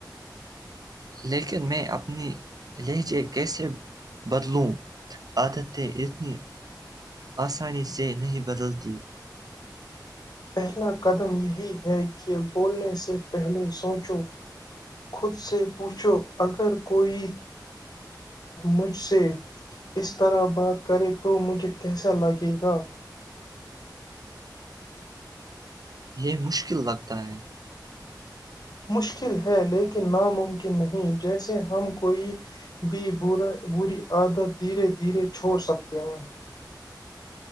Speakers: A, on the right; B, on the left.
A: لیکن میں اپنی لہجے کیسے بدلوں عادتیں اتنی آسانی سے نہیں بدلتی
B: پہلا قدم یہی ہے کہ <inaudible> بولنے سے پہلے سوچو خود سے پوچھو اگر کوئی مجھ سے اس طرح بات کرے تو مجھے کیسا لگے گا
A: یہ مشکل لگتا ہے
B: مشکل ہے لیکن ناممکن نہیں جیسے ہم کوئی بھی بری عادت دھیرے دھیرے چھوڑ سکتے ہیں